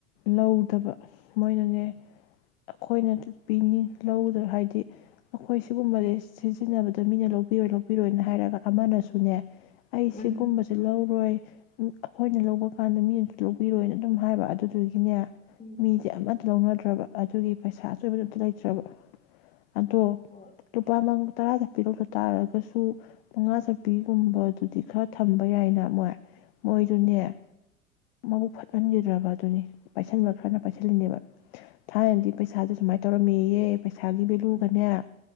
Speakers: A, on the left; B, on the left.
A: ꯂꯧꯗꯕ ꯃꯣꯏꯅꯅꯦ ꯑꯩꯈꯣꯏꯅ ꯄꯤꯅꯤꯡ ꯂꯧꯗ ꯍꯥꯏꯗꯤ ꯑꯩꯈꯣꯏ ꯁꯤꯒꯨꯝꯕꯁꯦ ꯁꯤꯖꯤꯟꯅꯕꯗ ꯃꯤꯅ ꯂꯧꯕꯤꯔꯣꯏ ꯂꯧꯕꯤꯔꯣꯏꯅ ꯍꯥꯏꯔꯒ ꯑꯃꯅꯁꯨꯅꯦ ꯑꯩ
B: ꯎꯝ
A: ꯁꯤꯒꯨꯝꯕꯁꯦ ꯂꯧꯔꯣꯏ ꯑꯩꯈꯣꯏꯅ ꯂꯧꯕ ꯀꯥꯟꯗ ꯃꯤꯅꯁꯨ ꯂꯧꯕꯤꯔꯣꯏꯅ ꯑꯗꯨꯝ ꯍꯥꯏꯕ ꯑꯗꯨꯗꯨꯒꯤꯅꯦ
B: ꯎꯝ
A: ꯃꯤ ꯑꯝꯇ ꯂꯧꯅꯗ꯭ꯔꯕ ꯑꯗꯨꯒꯤ ꯄꯩꯁꯥ ꯑꯆꯣꯏꯕꯗꯨ ꯑꯝꯇ ꯂꯩꯇ꯭ꯔꯕ ꯑꯗꯣ
B: ꯍꯣꯏ
A: ꯂꯨꯄꯥ ꯃꯪ ꯇꯔꯥꯗ ꯄꯤꯔꯣꯛꯇ ꯇꯥꯔꯒꯁꯨ ꯃꯉꯥ ꯆꯞꯄꯤꯒꯨꯝꯕꯗꯨꯗꯤ ꯈꯔ ꯊꯝꯕ ꯌꯥꯏꯅ ꯃꯣꯏ ꯃꯣꯏꯖꯨꯅꯦ
B: ꯎꯝ
A: ꯃꯕꯨꯛ ꯐꯠꯃꯟꯈꯤꯗ꯭ꯔꯕ ꯗꯨꯅꯤ ꯄꯥꯏꯁꯟꯕ ꯈꯔꯅ ꯄꯥꯏꯁꯤꯜꯂꯤꯅꯦꯕ ꯊꯥꯏꯅꯗꯤ ꯄꯩꯁꯥꯁꯦ ꯁꯨꯃꯥꯏꯅ ꯇꯧꯔꯝꯃꯤꯌꯦ ꯄꯩꯁꯥꯒꯤ ꯚꯦꯂꯨꯒꯅꯦ
B: ꯎꯝ